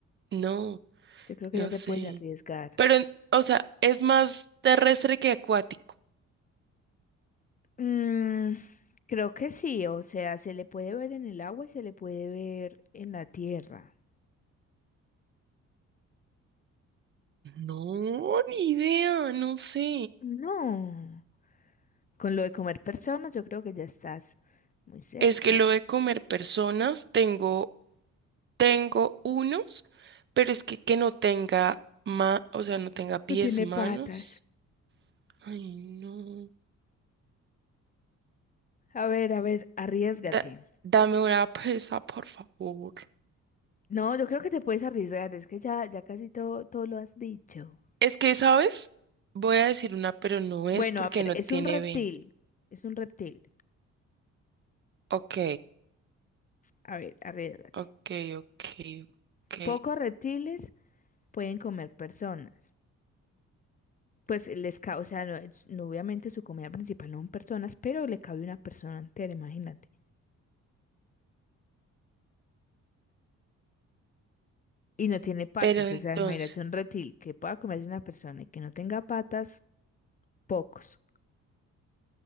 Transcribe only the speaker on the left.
yo creo que
ya te
puedes arriesgar.
Mm, creo que sí, o sea, se le puede ver en el agua y se le puede ver en la tierra.
No, con lo de comer personas, yo creo que ya estás muy cerca.
No tiene
patas.
A ver, a ver, arriesgate.
No, yo creo que te puedes arriesgar, es que ya, ya casi todo, todo lo has dicho.
Bueno,
a ver,
es
un reptil,
es un reptil.
A ver, arriesgate.
Pocos reptiles pueden comer personas. Pues les cabe, o sea, no, es- no, obviamente su comida principal no son personas, pero le cabe una persona entera, imagínate. Y no tiene patas,
o sea, imagínate un reptil que pueda comerse una persona y que no tenga patas, pocos.